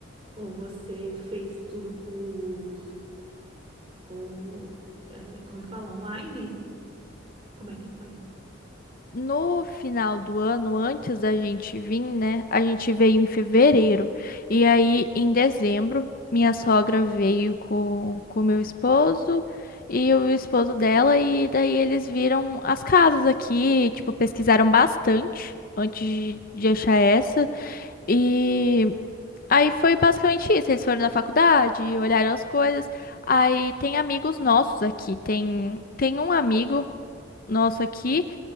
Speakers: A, on the right (about 30°); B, on the left (about 45°).
A: ou você fez tudo por por é, como é que fala? Online? Como é que foi?
B: No final do ano, antes da gente vir, né? A gente veio em fevereiro. E aí, em dezembro, minha sogra veio com com meu esposo e o esposo dela. E daí eles viram as casas aqui, tipo, pesquisaram bastante antes de de achar essa. E. Aí foi basicamente isso. Eles foram na faculdade, olharam as coisas. Aí tem amigos nossos aqui. Tem, tem um amigo nosso aqui